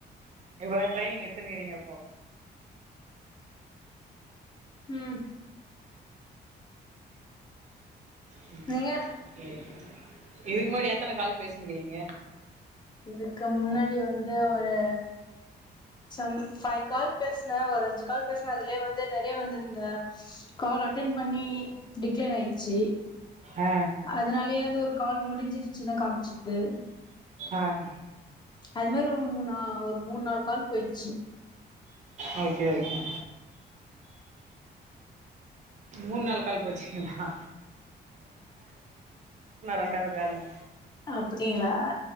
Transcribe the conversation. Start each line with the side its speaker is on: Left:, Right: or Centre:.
Right: இப்ப தான் ட்ரைனிங் ட்ரைனிங் அப்போ
Left: உம்
Right: உஹம்
Left: நீங்க
Right: ஓகே இதுக்கு முன்னாடி எத்தனை கால் பேசினுக்கிறீங்க
Left: இதுக்கு முன்னாடி வந்து ஒரு சை ஃபைவ் கால் பேசனேன் ஒரு அஞ்சு கால் பேசனேன் அதுலயே வந்து நெறய கால் அட்டெண்ட் பண்ணி டிக்ளன் ஆயிச்சு செர்
Right: ஆ
Left: அதனாலயே வந்து ஒரு கால் முடிஞ்சு திருச்சின்னு காமிச்சிது
Right: ஆஹ்
Left: அது மாதிரி ஒரு மூணு ஒரு மூணு நாலு கால் போயிடுச்சு
Right: ஆ ஒகே ஒகே மூணு நாலு கால் போச்சுக்கங்களங்களா ரெண்டாவது காலுங்க
Left: அப்படிங்களா